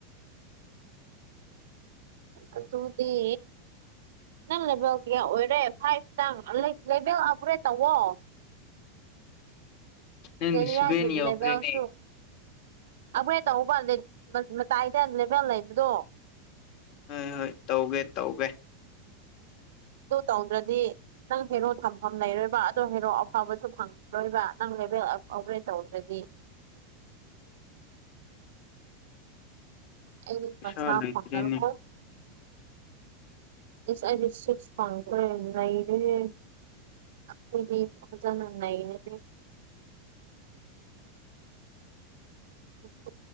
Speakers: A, on the right; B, on the left.
A: ꯑꯗꯨꯗꯤ ꯅꯪ ꯂꯦꯚꯦꯜ ꯀꯌꯥ ꯑꯣꯏꯔꯦ ꯐꯥꯏꯚꯇꯪ ꯂꯦꯚꯦꯜ ꯑꯞꯒ꯭ꯔꯦꯗ ꯇꯧꯋꯣ
B: ꯅꯪꯗꯤ
A: ꯂ‌ꯦꯂꯤꯌꯥꯒꯤ
B: ꯁꯚꯦꯟ ꯌꯧꯈ꯭ꯔꯦꯅꯦ
A: ꯂ‌ꯦꯕ‌ꯦꯜꯁꯨ ꯑꯩꯈꯣꯏ ꯇꯧꯕ ꯃꯇꯥꯏꯗ ꯂꯦꯕꯦꯜ ꯂꯩꯕꯗꯣ
B: ꯍꯣꯏ ꯍꯣꯏ ꯇꯧꯒꯦ ꯇꯧꯒꯦ
A: ꯑꯗꯨ ꯇꯧꯗ꯭ꯔꯗꯤ ꯅꯪ ꯍꯦꯔꯣ ꯊꯝꯐꯝ ꯂꯩꯔꯣꯏꯕ ꯑꯗꯣ ꯍꯦꯔꯣ ꯑꯐꯕꯁꯨ ꯐꯪꯔꯣꯏꯕ ꯅꯪ ꯂ‌ꯦꯕ‌ꯦꯜ ꯑꯕ ꯑꯕꯒ꯭ꯔꯦꯗ ꯇꯧꯗ꯭ꯔꯗꯤ ꯑꯩꯗꯤ
B: ꯄꯩꯁꯥ
A: ꯐ‍꯭ꯔꯁꯥ
B: ꯂꯩꯇ꯭ꯔꯦꯅꯦ
A: ꯐꯪꯉꯥꯔ‌ꯣꯏ
B: <inaudible>
A: ꯏꯁ ꯑꯩꯗꯤ ꯁꯤꯛꯁ ꯐꯪꯈ꯭ꯔ‌ꯦ ꯅꯩꯔ‌ꯦ ꯑꯈ‌ꯣꯏꯗꯤ ꯐꯖꯟꯅ ꯅꯩꯔ‌ꯦ <inaudible>